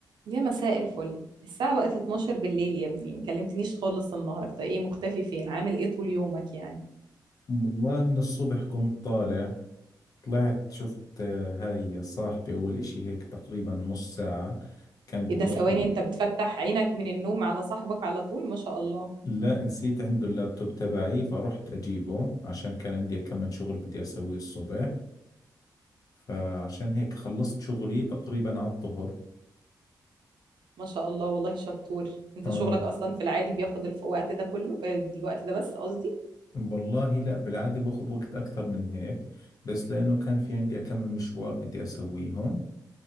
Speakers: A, on the right; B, on the left.
A: يا مساء الفل الساعة بقت 12 بالليل يا ابني ما كلمتنيش خالص النهاردة ايه مختفي فين عامل ايه طول يومك يعني
B: والله من الصبح كنت طالع طلعت شفت آه، هاي صاحبي أول إشي هيك تقريبا نص ساعة كان بدي
A: ايه ده ثواني
B: أخذ
A: انت بتفتح عينك من النوم على صاحبك على طول ما شاء الله
B: لا نسيت عنده اللابتوب تبعي فرحت أجيبه عشان كان عندي كم من شغل بدي أسويه الصبح فعشان هيك خلصت شغلي تقريبا على الظهر
A: ما شاء الله والله شطور انت
B: آه
A: شغلك اصلا في العادي بياخد الف- الوقت ده كله آه، الوقت ده بس قصدي
B: والله لا بالعادة باخذ وقت أكثر من هيك بس لأنه كان في عندي كم من مشوار بدي أسويهم